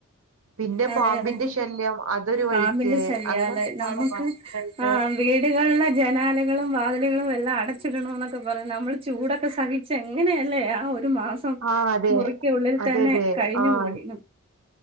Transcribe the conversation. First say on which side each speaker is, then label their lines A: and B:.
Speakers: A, on the right (about 70°); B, on the right (about 25°).
A: പിന്നെ
B: അതെ
A: പാമ്പിന്റെ
B: അതെ
A: ശല്യം അതൊരു വഴിക്ക്
B: പാമ്പിന്റെ ശല്യ
A: അങ്ങനൊക്കെപാടെ
B: അതെ നമുക്ക്
A: ഭയങ്കരായിട്ട്
B: ആ വീടുകളുള്ള ജനാലകളും വാതിലുകളും എല്ലാം അടച്ചിടണ എന്നൊക്കെ പറ നമ്മൾ ചൂടൊക്കെ സഹിച്ച് എങ്ങനെയല്ലേ ആ ഒരു മാസം
A: ആഹ് അതെ
B: മുറിക്ക ഉള്ളിൽ
A: അതെ
B: തന്നെ
A: അതെ
B: കഴിഞ്ഞു
A: ആഹ്
B: കുഴിയും